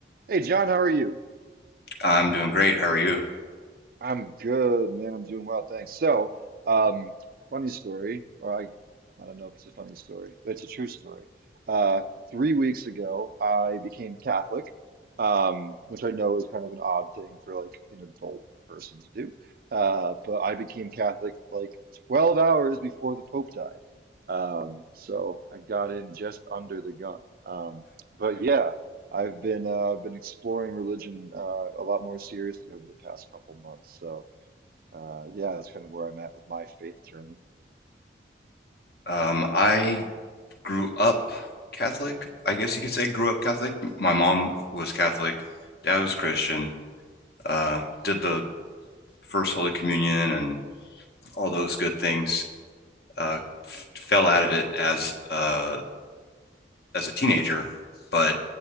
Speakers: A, on the right; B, on the left.
A: Hey John, how are you?
B: I'm doing great. How are you?
A: I'm good, man. I'm doing well, thanks. So, um, funny story, or I, I don't know if it's a funny story, but it's a true story. Uh, three weeks ago, I became Catholic, um, which I know is kind of an odd thing for like an adult person to do. Uh, but I became Catholic like 12 hours before the Pope died. Um, so I got in just under the gun. Um, but yeah. I've been uh, I've been exploring religion uh, a lot more seriously over the past couple months. So uh, yeah, that's kind of where I'm at with my faith journey.
B: Um, I grew up Catholic. I guess you could say grew up Catholic. My mom was Catholic, dad was Christian. Uh, did the first Holy Communion and all those good things. Uh, f fell out of it as uh as a teenager, but